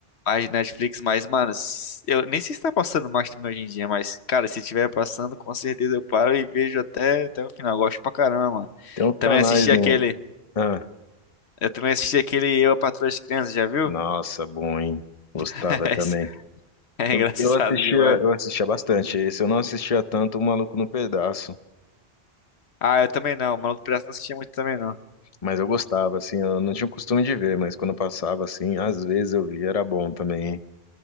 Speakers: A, on the left (about 80°); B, on the left (about 35°).
A: mais de Netflix, mas, mano, s- eu nem sei se tá passando Mastermind hoje em dia, mas, cara, se tiver passando, com certeza eu paro e vejo até, até o final. Gosto pra caramba, mano.
B: Tem uns
A: Também
B: canais
A: assisti
B: no.
A: aquele.
B: Ah,
A: Eu também assisti aquele Eu, a Patroa das Crianças, já viu?
B: nossa, bom, hein? Gostava
A: <laughs> Esse
B: também.
A: É
B: Eu,
A: engraçado
B: eu assistia,
A: demais.
B: eu assistia bastante esse. Eu não assistia tanto o Maluco no Pedaço,
A: Ah, eu também não. O Maluco Pirata não assistia muito também, não.
B: mas eu gostava, assim, eu não tinha o costume de ver, mas quando eu passava, assim, às vezes eu via, era bom também. hein?